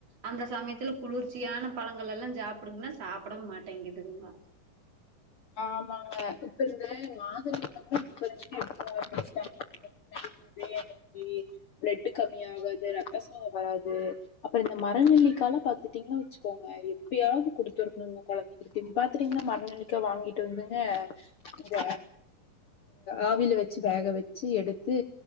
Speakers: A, on the right; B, on the left.
A: அந்த சமயத்துல குளிர்ச்சியான பழங்கள் எல்லா சாப்பிடுங்கன்னா சாப்பிட மாட்டேங்குதுங்க
B: ஆமாங்க இப்ப இந்த மாத இப்ப இரும எக்க பினாக்கு இதையி பிளட் கம்மிய ஆகாது ரத்த சோகம் வராது அப்புறம் இந்த மரநெல்லிக்கல பாத்துட்டீங்கன்னா வச்சுக்கோங்க எப்படியாவது குடுத்து வரணும்ம குழந்தைக இ பாத்துட்டீங்கன்னா மரநெ க்க வாங்கிட்டு வந்துங்க இந்த ஆவில வச்சு வேக வச்சு எடுத்து